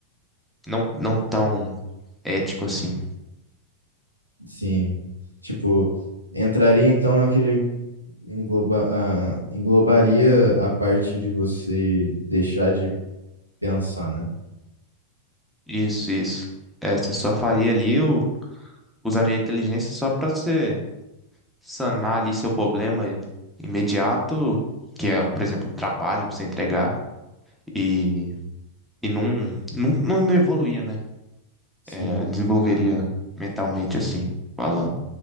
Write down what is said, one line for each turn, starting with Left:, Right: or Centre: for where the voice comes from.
Centre: não, não tão ético assim.
Right: Sim. Tipo, entraria então naquele engloba, ah, englobaria a parte de você deixar de pensar, né?
Centre: Isso, isso. É, você só faria ali, eu usaria a inteligência só para você sanar ali seu problema imediato, que é, por exemplo, um trabalho para você entregar e, e não, não, não não evoluía, né?
Right: Sim.
Centre: É, desenvolveria mentalmente assim, falando.